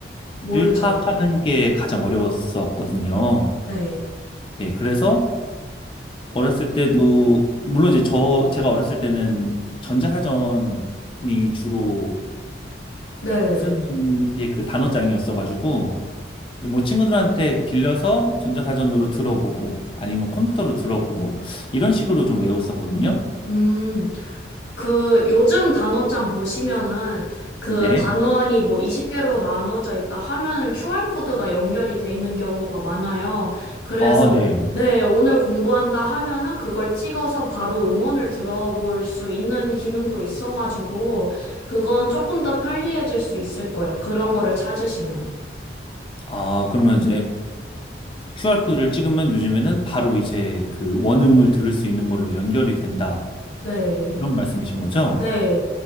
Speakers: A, on the left; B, on the left.
A: 모르죠.
B: 파악하는 게 가장 어려웠었거든요.
A: 네.
B: 예, 그래서 어렸을 때도 물론 이제 저 제가 어렸을 때는 전자사전이 주로
A: 네네네.
B: 쓰는 예, 그 단어장이었어가지고 뭐 친구들한테 빌려서 전자사전으로 들어보고 아니면 컴퓨터로 들어보고 이런 식으로 좀 외웠었거든요.
A: 음, 그 요즘 단어장 보시면은 그
B: 네.
A: 단원이 뭐 20개로 나눠져 있다 하면은 QR코드가 연결이 돼 있는 경우가 많아요. 그래서
B: 아, 네.
A: 네, 오늘 공부한다 하면은 그걸 찍어서 바로 음원을 들어볼 수 있는 기능도 있어가지고 그건 조금 더 편리해질 수 있을 거예요. 그런 거를 찾으시면.
B: 아, 그러면 이제 QR코드를 찍으면 요즘에는 바로 이제 그 원음을 들을 수 있는 걸로 연결이 된다.
A: 네, 네.
B: 그런 말씀이신 거죠?
A: 네.